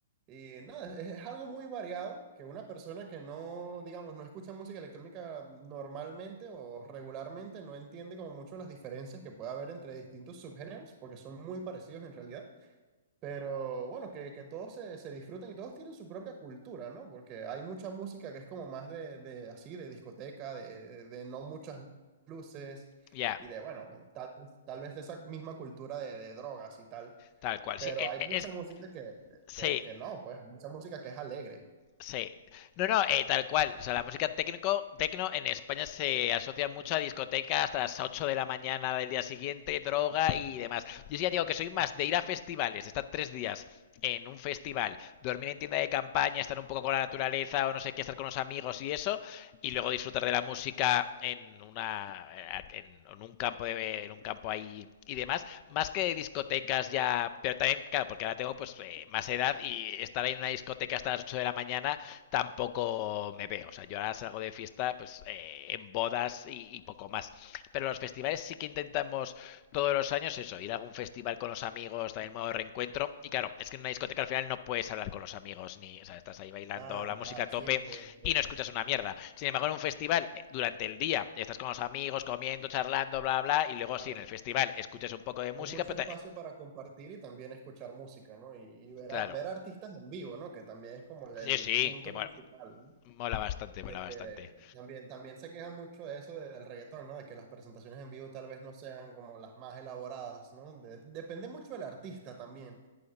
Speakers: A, on the right; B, on the left.
A: Y nada, es, es algo muy variado que una persona que no, digamos, no escucha música electrónica normalmente o regularmente no entiende como mucho las diferencias que puede haber entre distintos subgéneros, porque son muy parecidos en realidad. Pero bueno, que, que todos se, se disfrutan y todos tienen su propia cultura, ¿no? Porque hay mucha música que es como más de, de así, de discoteca, de, de, de no muchas luces
B: Ya,
A: y de, bueno, tal, tal vez de esa misma cultura de, de drogas y tal.
B: tal cual.
A: Pero
B: Sí, es,
A: hay
B: es
A: mucha música que,
B: sí,
A: que, que no, pues hay mucha música que es alegre.
B: Sí. No, no, eh, tal cual. O sea, la música técnico, tecno en España se asocia mucho a discotecas hasta las 8 de la mañana del día siguiente, droga y demás. Yo sí ya digo que soy más de ir a festivales, estar tres días en un festival, dormir en tienda de campaña, estar un poco con la naturaleza o no sé qué, estar con los amigos y eso, y luego disfrutar de la música en una eh, en, en un campo de, en un campo ahí y demás más que discotecas ya pero también claro porque ahora tengo pues eh, más edad y estar ahí en una discoteca hasta las 8 de la mañana tampoco me veo o sea yo ahora salgo de fiesta pues eh, en bodas y, y, poco más pero los festivales sí que intentamos todos los años eso ir a algún festival con los amigos también modo de reencuentro y claro es que en una discoteca al final no puedes hablar con los amigos ni o sea estás ahí bailando
A: Claro,
B: la música
A: claro,
B: a tope
A: sí, es que, es que-
B: y no escuchas una mierda. Sin embargo, en un festival, eh, durante el día, estás con los amigos, comiendo, charlando, bla, bla, y luego
A: claro
B: sí, en el
A: que
B: festival escuchas un poco de música,
A: hay mucho
B: pero...
A: espacio
B: te-
A: para compartir y también escuchar música, ¿no? Y, y ver,
B: Claro,
A: a- ver artistas en vivo, ¿no? Que también es como el,
B: sí,
A: el
B: sí,
A: punto
B: que mola,
A: principal, ¿no?
B: mola bastante,
A: De
B: mola bastante.
A: que también, también se queja mucho de eso de- del reggaetón, ¿no? De que las presentaciones en vivo tal vez no sean como las más elaboradas, ¿no? De- depende mucho del artista también.